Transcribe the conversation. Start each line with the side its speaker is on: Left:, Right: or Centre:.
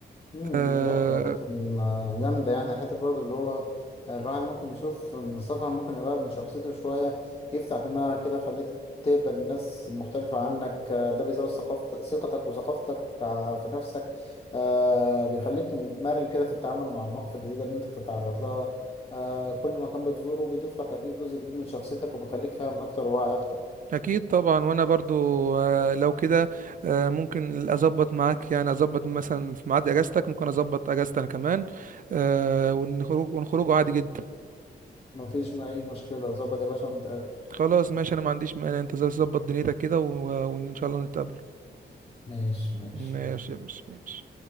Left: مم.
Right: آه،
Left: لا أماكن آه، جامدة يعني حتى برضو اللي هو آه، الواحد ممكن يشوف إن السفر ممكن يغير من شخصيته شوية يفتح دماغك كده خليك تقبل الناس المختلفة عنك آه، ده بيزود ثقافت ثقتك وثقافتك آه، في نفسك آه، بيخليك مرن كده في التعامل مع المواقف الجديدة اللي أنت بتتعرض لها آه، كل مكان بتزوره بيضيف لك أكيد جزء جديد من شخصيتك وبيخليك فاهم أكتر وواعي أكتر
Right: اكيد طبعا وانا برضو آه، لو كده آه، ممكن اظبط معاك يعني اظبط مثلا في ميعاد اجازتك ممكن اظبط اجازتي انا كمان آه، ونخرج ونخرجوا عادي جدا
Left: مفيش أي مشكلة ظبط يا باشا ونتقابل
Right: خلاص ماشي انا ما عنديش مانع انت ظبط دنيتك كده و... وان شاء الله نتقابل
Left: ماشي ماشي
Right: ماشي
Left: حبيبي
Right: يا باشا ماشي